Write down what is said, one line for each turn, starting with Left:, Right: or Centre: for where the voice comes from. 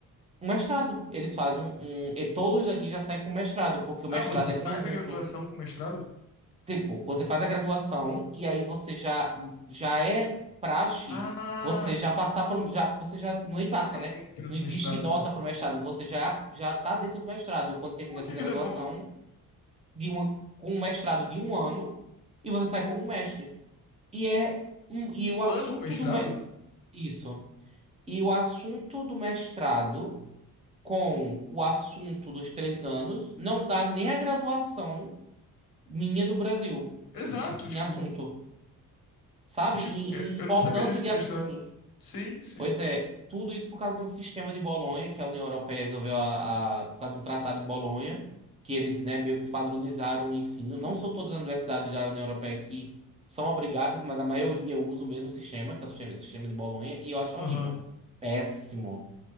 Right: Um mestrado. Eles fazem um. um, e todos daqui já saem com mestrado, porque o
Left: Ah,
Right: mestrado
Left: você sai
Right: é conjunto.
Left: da graduação com mestrado?
Right: Tipo, você faz a graduação e aí você já, já é praxe,
Left: Ah,
Right: você já
Left: tá.
Right: passar por. um, Já, você já nem passa,
Left: Você
Right: né?
Left: entra
Right: Não
Left: no
Right: existe
Left: mestrado,
Right: nota
Left: né?
Right: para o mestrado. Você já, já tá dentro do mestrado quando termina
Left: Pô,
Right: essa
Left: que
Right: graduação
Left: vida boa.
Right: de uma, com um mestrado de um ano e você sai como mestre. E é. um- E
Left: Um
Right: o assunto
Left: ano o mestrado?
Right: do. me- Isso. E o assunto do mestrado. com o assunto dos três anos, não dá nem a graduação minha do Brasil
Left: Exato, tipo.
Right: em assunto, sabe?
Left: Que dif-
Right: Em,
Left: é,
Right: em
Left: Eu
Right: importância
Left: não sabia disso
Right: de
Left: no
Right: assuntos.
Left: mestrado. Sim, sim.
Right: Pois é, tudo isso por causa de um sistema de Bolonha que a União Europeia resolveu a, a- por causa de um tratado em Bolonha, que eles, né, meio que padronizaram o ensino. Não são todas as universidades da União Europeia que são obrigadas, mas a maioria usa o mesmo sistema, que é o sistema, esse sistema de Bolonha, e eu acho horrível.
Left: Aham.
Right: Péssimo.